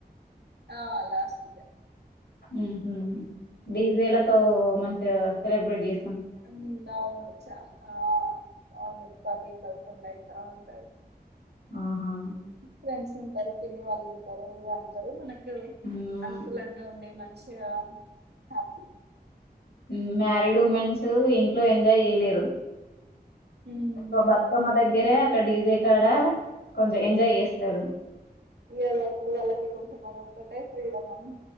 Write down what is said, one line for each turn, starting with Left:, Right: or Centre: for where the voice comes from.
Right: ఆ లాస్ట్ కే
Left: ఉహు డీజేలతో మంచిగా సెలబ్రేట్ చేసి
Right: ఉ అవును చ ఆ అవును పది పదకొండు అయిత ఉంటది
Left: ఆహా
Right: ఫ్రెండ్స్ ఉంటారు పిన్ని వాళ్ళు ఉంటారు ఇగా అందరూ మనకు
Left: హ్మ్.
Right: అనుకూలంగా ఉండే మంచిగా హ్యాపీ
Left: హ్మ్మ్ మ్యారీడ్ ఉమెన్స్ ఇంట్లో ఎంజాయ్ చేయలేరు
Right: ఉమ్
Left: ఒక బతుకమ్మ
Right: అవును
Left: దగ్గరే క్కడ డిీజే కాడ కొంచెం ఎంజాయ్ చేస్తారు
Right: ఇ అప్పుడు వాళ్ళకి కొంచెం అదొక్కటే ఫ్రీడమ్ అని